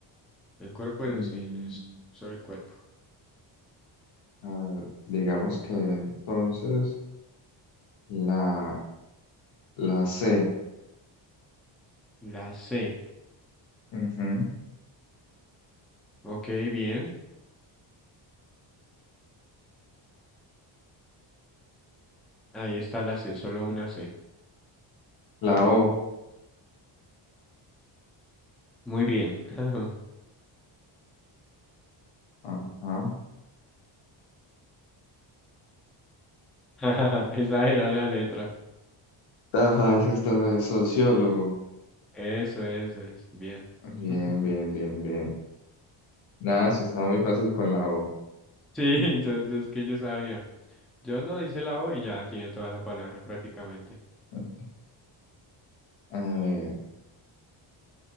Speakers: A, in the centre; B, on the left.
A: el cuerpo, pero
B: Mm,
A: sí, esto, solo el cuerpo.
B: a ver, digamos que entonces la, la C.
A: La C,
B: Ujú.
A: ok, bien. Ahí está la C, solo una C.
B: La O.
A: Muy bien. <laughs>
B: Ajá.
A: <laughs> Esa era la letra.
B: Tajas está de sociólogo.
A: Eso, eso, es. Bien.
B: Bien,
A: <laughs>
B: bien, bien, bien. Nada, sí está muy fácil con la O.
A: Sí, yo, yo es que yo sabía. Yo no hice la O y ya tiene toda la palabra prácticamente.
B: <laughs> A ver,